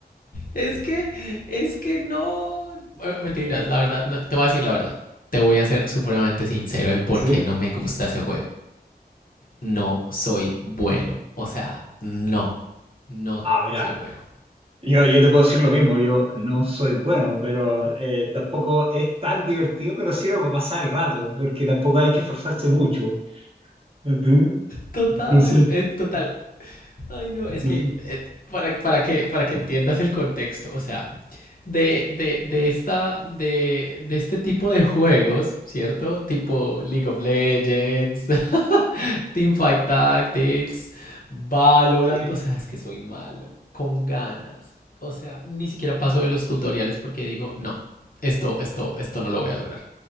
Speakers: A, on the left; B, on the right.
A: Es que, es que no. Eh, Mentiras, la verdad, no, te voy a decir la verdad. Te voy a ser supremamente sincero en por
B: ¿sí?
A: qué no me gusta ese juego. No soy bueno. O sea, no, no
B: Ah, verá,
A: soy bueno.
B: yo, yo te puedo decir lo mismo, yo no soy bueno, pero eh, tampoco es tan divertido, pero sirve para pasar el rato, porque tampoco hay que esforzarse mucho, ¿entiendes?
A: Total,
B: No sé,
A: eh, total. Ay, no, es
B: no
A: que
B: sé.
A: eh, para, para que, para que entiendas el contexto, o sea, de, de, de esta, de, de este tipo de juegos, ¿cierto? Tipo League of Legends, <laughs> Teamfight Tactics, Valorant,
B: Sí.
A: o sea, es que soy malo, con ganas. O sea, ni siquiera paso de los tutoriales porque digo, no, esto, esto, esto no lo voy a lograr.